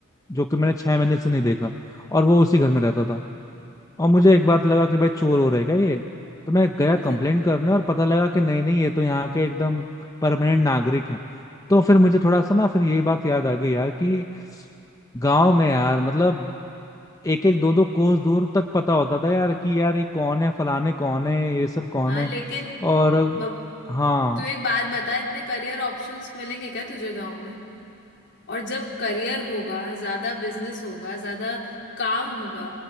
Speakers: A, on the left; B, on the left.
A: जो कि मैंने छह महीने से नहीं देखा और वो उसी घर में रहता था और मुझे एक बार लगा कि भाई चोर हो रहेगा ये तो मैं गया
B: <laughs>
A: कंप्लेंट करने और पता लगा कि नहीं नहीं ये तो यहाँ के एकदम परमानेंट नागरिक है तो फिर मुझे थोड़ा सा ना फिर ये बात याद आ गई यार कि गांव में यार मतलब एक एक दो दो कोस दूर तक पता होता था यार कि यार ये कौन है फलाने कौन है ये सब कौन
B: हाँ
A: है
B: लेकिन
A: और
B: बब-
A: हाँ
B: तू एक बात बता इतने करियर ऑप्शंस मिलेंगे क्या तुझे गांव में और जब करियर होगा ज्यादा बिजनेस होगा ज्यादा काम होगा